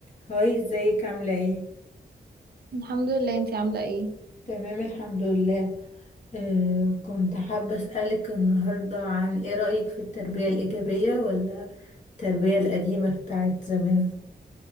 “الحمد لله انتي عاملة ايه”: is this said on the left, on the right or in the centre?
Right